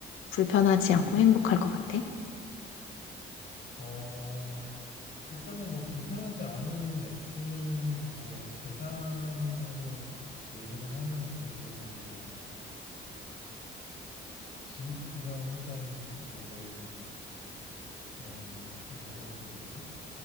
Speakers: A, on the left; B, on the left.
A: 불편하지 않고 행복할 것 같아?
B: 어, 일단은 뭐 불편하지 않은 액수는 뭐 재산으로 얘기를 하면 그래도 뭐 집이랑 일단 뭐, 어, 또 뭐가 있어야 되지?